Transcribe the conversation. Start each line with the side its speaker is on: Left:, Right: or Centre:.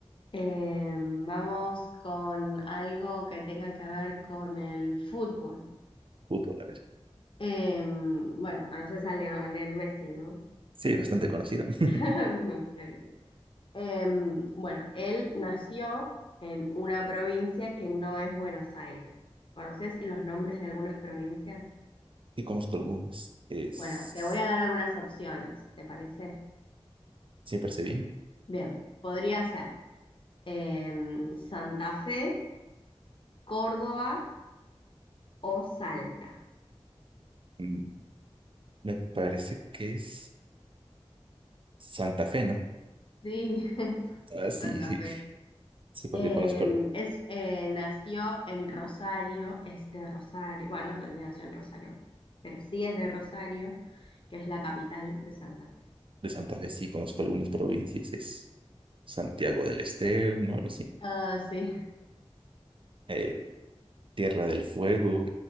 Left: Eh, vamos con algo que tenga que ver con el fútbol.
Right: Fútbol, a ver.
Left: Eh, bueno, conoces a Lionel Messi, ¿no?
Right: Sí, bastante conocido.
Left: <laughs>
Right: <laughs>
Left: No, creo que sí. Em, bueno, él nació en una provincia que no es Buenos Aires. ¿Conoces los nombres de algunas provincias?
Right: Y conozco algunos. Es.
Left: Bueno, te voy a dar algunas opciones, ¿te parece?
Right: Sí, parece bien.
Left: Bien, podría ser em, Santa Fe, Córdoba o Salta.
Right: Mm, Me parece que es Santa Fe, ¿no?
Left: Sí, <laughs>
Right: Ah, sí,
Left: Santa
Right: <laughs> sí,
Left: Fe.
Right: sí, porque
Left: Em,
Right: conozco.
Left: es, eh, nació en Rosario, es de Rosario, bueno, no sé si nació en Rosario, pero sí es de Rosario, que es la capital de Santa Fe.
Right: De Santa Fe sí conozco algunas provincias, es Santiago del Estero, ¿no? Algo así.
Left: Ah, sí,
Right: Eh, Tierra del Fuego,